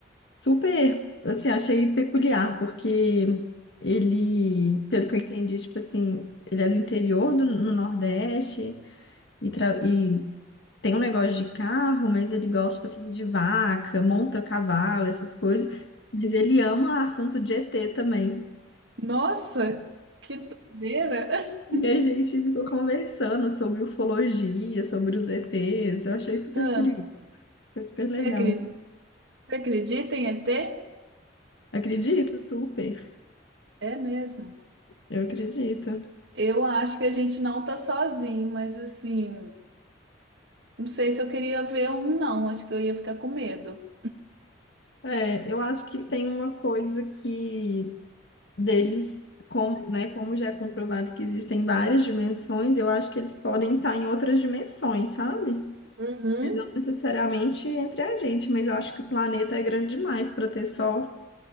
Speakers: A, on the left (about 65°); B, on the right (about 75°).
A: Super, assim, achei peculiar, porque ele, pelo que eu entendi, tipo assim, ele é do interior do, no Nordeste e, tra- e tem um negócio de carro, mas ele gosta, tipo assim, de vaca, monta cavalo, essas coisas. Mas ele ama assunto de ET também.
B: nossa, que doideira! <laughs>
A: E a gente ficou conversando sobre ufologia, sobre os ETs. Eu achei super
B: Ah,
A: curioso, foi super
B: você
A: legal.
B: acredita? você acredita em ET?
A: Acredito, super.
B: É mesmo.
A: Eu acredito.
B: Eu acho que a gente não tá sozinho, mas assim, não sei se eu queria ver um, não. Acho que eu ia ficar com medo.
A: É, eu acho que tem uma coisa que deles, como, né, como já é comprovado que existem várias dimensões, eu acho que eles podem estar em outras dimensões, sabe?
B: Uhum.
A: Mas não necessariamente entre a gente, mas eu acho que o planeta é grande demais para ter só